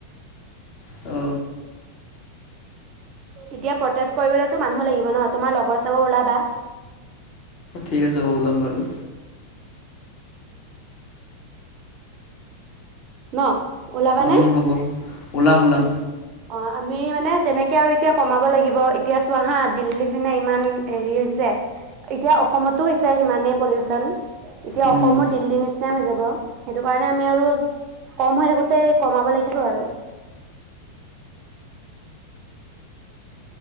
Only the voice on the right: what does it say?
এতিয়া প্ৰটেষ্ট কৰিবলেতো মানুহ লাগিব ন তোমাৰ লগৰ চবৰ ওলাবা।
ন? ওলাবানে
অ আমি মানে তেনেকে আৰু এতিয়া কমাব লাগিব। এতিয়া চোৱা হা দিল্লী পিনে ইমান হেৰি হৈছে, এতিয়া অসমতো হৈছে সিমানেই পলিউচন। এতিয়া
অসমো দিল্লীৰ নিচিনাই হৈ যাব। উ <unintelligible> সেইটো কাৰণে আমি আৰু কম হৈ থাকোতেই কমাব লাগিব আৰু।